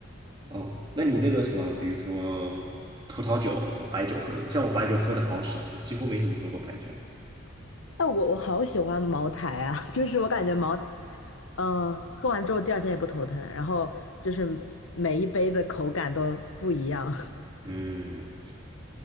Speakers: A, on the right; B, on the left.
A: 哦，那你那个什么，比如说葡萄酒、白酒喝的，像我白酒喝的好少，几乎没怎么喝过白酒。
B: 但我我好喜欢茅台啊，<laughs> 就是我感觉茅台，嗯，喝完之后第二天也不头疼，然后就是每一杯的口感都不一样。
A: 嗯，